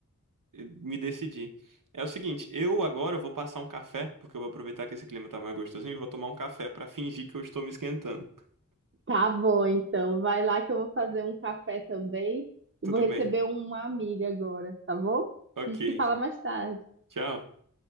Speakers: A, on the right (about 90°); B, on the right (about 45°).
A: eh, me decidir. É o seguinte, eu agora vou passar um café, porque eu vou aproveitar que esse clima tá mais gostosinho e vou tomar um café pra fingir que eu estou me esquentando.
B: Tá bom, então vai lá que eu vou fazer um café também e
A: Tudo
B: vou receber
A: bem.
B: uma amiga agora, tá bom?
A: Ok.
B: A gente se fala mais tarde.
A: Tchau.